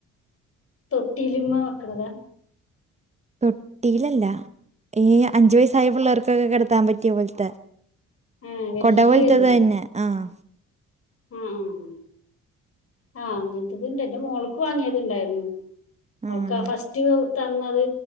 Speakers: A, on the left; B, on the right.
A: തൊട്ടിയിലിമ്മ വെക്കണതാ
B: തൊട്ടിയിലല്ല ഏയ്‌ അഞ്ചു വയസ്സായ പിള്ളേർക്കൊക്കെ കിടത്താൻ പറ്റിയ പോലത്തെ
A: ആ വല്യത്
B: കൊട പൊലത്തെ തന്നെ ആഹ്
A: ആഹ് ആ ആഹ് അങ്ങനത്തെ ഇതുണ്ട് എന്റെ മോൾക്ക് വാങ്ങിയത് ഇണ്ടായിരുന്നു അവൾക്ക്
B: ആഹ്
A: ആ ഫസ്റ്റ് തന്നത്